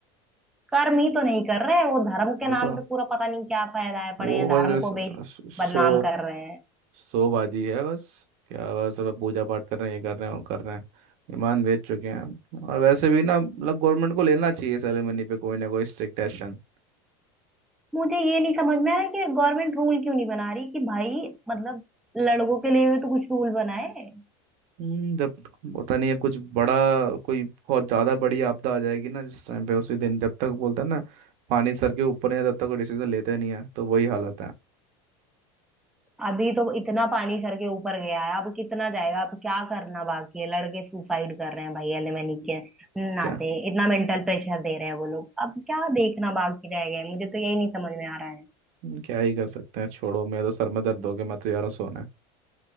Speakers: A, in the centre; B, on the right.
A: कर्म ही तो नहीं कर रहे हैं वो धर्म के
B: वो
A: नाम
B: तो
A: पे पूरा पता नहीं क्या फैलाए
B: वो
A: पड़े हैं धर्म
B: बस
A: को बे
B: इस- सो
A: बदनाम कर रहे हैं
B: सो बाजी है बस क्या बस अब पूजा पाठ कर रहे हैं ये कर रहे हैं वो कर रहे हैं ईमान बेच चुके हैं और वैसे भी ना मतलब गवर्नमेंट को लेना चाहिए सेरेमनी पे कोई ना कोई स्ट्रिक्ट एक्शन
A: मुझे ये नहीं समझ में आया कि गवर्नमेंट रूल क्यों नहीं बना रही कि भाई मतलब लड़कों के लिए भी तो कुछ रूल बनाए
B: हम्म, जब होता नहीं है कुछ बड़ा कोई बहुत ज्यादा बड़ी आपदा आ जाएगी ना जिस टाइम पे उसी दिन जब तक बोलता है ना पानी सर के ऊपर नहीं है, तब तक कोई डिसीजन लेते नहीं है तो वही हालत है
A: अभी तो इतना पानी सर के ऊपर गया है अब कितना जाएगा अब क्या करना बाकी है लड़के सुसाइड कर रहे हैं भाई एलिमनी के नाते
B: क्या
A: इतना मेंटल प्रेशर दे रहे हैं वो लोग अब क्या देखना बाकी रह गया है? मुझे तो यही नहीं समझ में आ रहा है
B: हम्म, क्या ही कर सकते हैं छोड़ो मेरा तो सर में दर्द हो गया मैं तो यार सोना